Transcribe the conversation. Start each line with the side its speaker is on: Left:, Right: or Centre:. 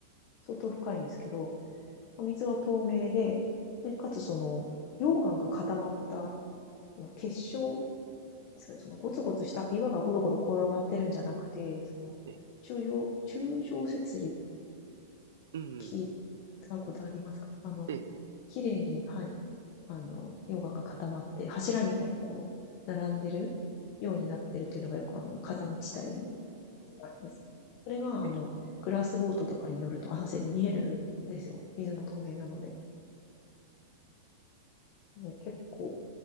Left: 相当深いんですけど、水は透明で、で、
Right: え
Left: かつその、溶岩が固まった、その結晶ですかね、そのゴツゴツした岩がゴロゴロ転がってるんじゃなくて、その、
Right: え、
Left: 中上、中上節理
Right: うん。
Left: 聞いたことありますかあの、
Right: ええ、
Left: 綺麗に、はい、あの、溶岩が固まって、柱みたいにこう、並んでるようになってるっていうのがよくあの、火山地帯の地形とかであるんですけど、それがあの、
Right: ええ。
Left: グラスボートとかに乗ると浅瀬に見えるんですよ。水も透明なので。ね結構、